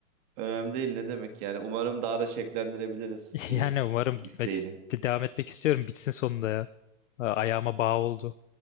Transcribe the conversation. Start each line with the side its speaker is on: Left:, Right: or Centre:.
Right: Önemli değil ne demek yani. Umarım daha da şevklendirebiliriz şeyini,
Left: <laughs> Yani umarım gitmek
Right: isteğini.
Left: ist- devam etmek istiyorum. Bitsin sonunda ya. Ayağıma bağ oldu.